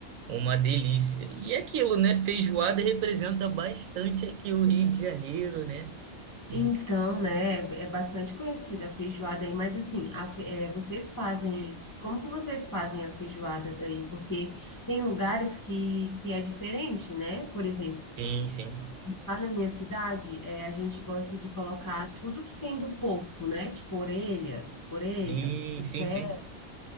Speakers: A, on the right; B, on the left.
A: uma delícia. E é aquilo, né? Feijoada representa bastante aqui o Rio de Janeiro, né? E-
B: Então, né? É é bastante conhecida a feijoada aí, mas assim, a fe- eh, vocês fazem. Como que vocês fazem a feijoada daí? Porque tem lugares que, que é diferente, né? Por exemplo.
A: sim, sim.
B: Lá na minha cidade, eh, a gente gosta de colocar tudo que tem do porco, né? Tipo orelha, orelha,
A: Sim,
B: o
A: sim,
B: pé.
A: sim.